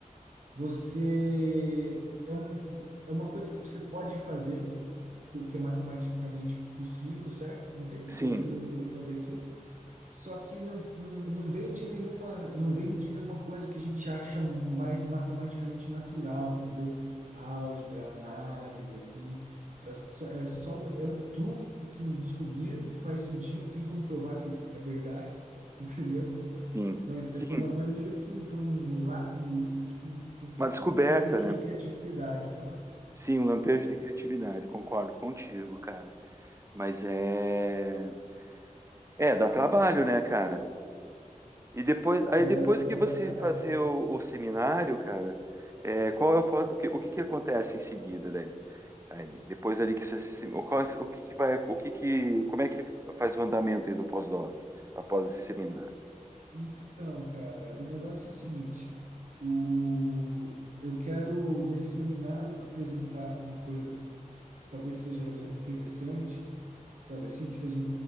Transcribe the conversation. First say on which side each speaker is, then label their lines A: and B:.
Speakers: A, on the right; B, on the right.
A: você é um, é uma coisa que você pode fazer, porque é matematicamente possível, certo? Não tem por
B: Sim.
A: que vocês não poder fazer aquilo. Só que não, não, não vem de nenhuma, não vem de nenhuma coisa que a gente acha mais matematicamente natural, entendeu? Álgebra, análise, assim. É só, é só, é um truque que eles descobriram que faz sentido, tem como provar que é verdade, <laughs> entendeu?
B: Sim,
A: Mas
B: sim,
A: foi uma coisa meio assim, foi um, lá- um tipo, como se fosse
B: uma descoberta,
A: um lampejo
B: né?
A: de criatividade. aham.
B: Sim, um lampejo de criatividade, concordo contigo, cara. Mas é, é, dá trabalho, né, cara? E depois, aí
A: Vai
B: depois
A: dar,
B: que
A: vai
B: você
A: dar trabalho.
B: fazer o, o seminário, cara, é, qual é o, po- o que, o que que acontece em seguida daí? Aí, depois ali que você, se- o, qual, o que que vai, o que que, como é que faz o andamento aí do pós-doc após esse seminário?
A: Então, cara, o negócio é o seguinte, o, eu quero nesse seminário apresentar uma coisa que talvez seja interessante sabe assim, que seja,